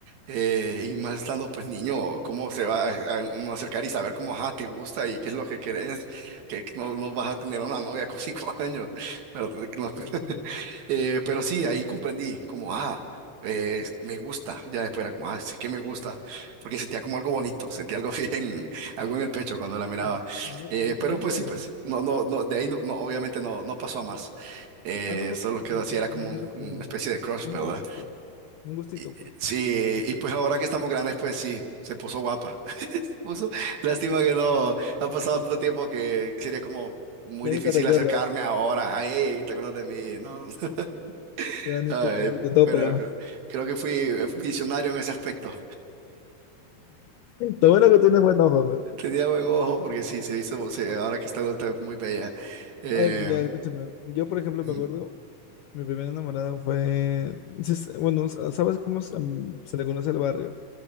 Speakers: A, on the right; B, on the left.
A: eh, y más estando pues niño, cómo se va a, a uno acercar y saber cómo, ajá, te gusta y qué es lo que querés, que no, no vas a tener una novia con cinco <laughs> años, pero, no,
B: claro, te entiendo.
A: <laughs> eh, pero sí, ahí comprendí como, ah, eh, me gusta, ya después era como, ah, es que me gusta, porque sentía como algo bonito, sentía algo <laughs> bien, algo en el pecho cuando la miraba,
B: Mira, yo,
A: Eh,
B: yo te
A: pero
B: cuento
A: pues sí,
B: algo.
A: pues, no, no, no, de ahí no, no, obviamente no, no pasó a más, Eh,
B: Ah, no pasó,
A: solo quedó
B: no,
A: así,
B: no,
A: era como
B: nunca
A: un- como
B: estuve
A: una
B: nada.
A: especie de crush,
B: Un
A: ¿verdad?
B: gustito, un gustito
A: Y-
B: fue.
A: Sí, y pues ahora que estamos grandes, pues sí, se puso guapa. <laughs> Puso, lástima que no no ha pasado tanto tiempo que sería como muy
B: Ya
A: difícil
B: ni te recuerdas,
A: acercarme ahora. Ay, "Ey, ¿te acuerdas de mí? No. <laughs>
B: ya ni
A: Ay,
B: te, ni te topa,
A: pero
B: ya.
A: creo creo que fui eh, visionario en ese aspecto.
B: Lo bueno que tienes buen ojo, pues.
A: Tenía buen ojo porque sí, se hizo, se- ahora que está adulta es muy bella. Eh,
B: Ay, ya, escúchame. Yo, por ejemplo,
A: ujú,
B: me acuerdo Mi primera enamorada fue, sí, s- bueno, s- ¿sabes cómo se, mm, se le conoce el barrio?